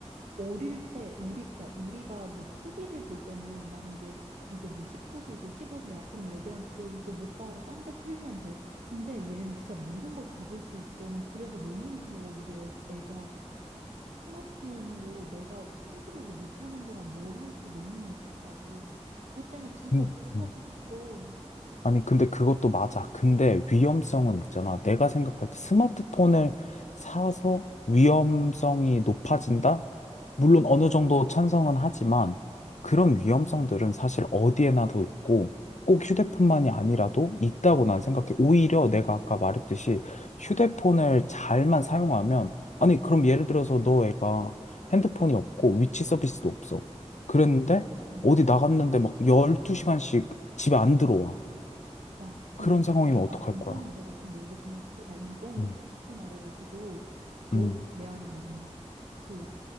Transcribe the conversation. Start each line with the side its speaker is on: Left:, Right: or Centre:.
Right: 어릴 때, 우리, 야, 우리가 뭐 TV를 볼 때는 만약에 이게 뭐 19세고 15세야. 그럼 애들한테 또 이거 못 봐 하고 딴 데 틀면 돼. 근데 얘는 진짜 모든 걸 다 볼 수 있어. 난 그래서 너무 무서워, 우리 애, 애가. 스마트폰으로 내가 컨트롤을 못하는 동안 뭘 할지 너무 무섭다고. 그것 때문에 진짜
Left: 음,
Right: 너무 사주기
Left: 음.
Right: 싫어.
Left: 아니, 근데 그것도 맞아. 근데 위험성은 있잖아. 내가 생각할 때 스마트폰을 사서 위험성이 높아진다? 물론 어느 정도 찬성은 하지만 그런 위험성들은 사실 어디에나도 있고 꼭 휴대폰만이 아니라도 있다고 난 생각해. 오히려 내가 아까 말했듯이 휴대폰을 잘만 사용하면 아니, 그럼 예를 들어서 너 애가 핸드폰이 없고 위치 서비스도 없어. 그랬는데
Right: 음.
Left: 어디 나갔는데 막 12시간씩 집에 안 들어와.
Right: 야, 근데
Left: 그런
Right: 야,
Left: 상황이면
Right: 잠깐만
Left: 어떡할
Right: 이거는
Left: 거야?
Right: 내가 좀 얘기 좀 해볼게. 야, 이거는
Left: 음,
Right: 솔직히 말해가지고 너무
Left: 음,
Right: 대안이 많아. 그